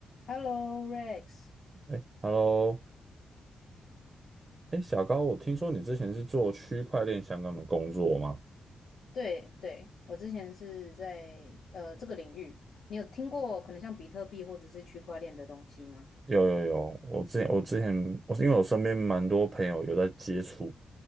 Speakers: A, on the left; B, on the right.
A: Hello Rex，
B: 哎，Hello，哎，小高，我听说你之前是做区块链相关的工作吗？
A: 对对，我之前是在呃这个领域，你有听过可能像比特币或者是区块链的东西吗？
B: 有有有，我之前我之前我是因为我身边蛮多朋友有在接触，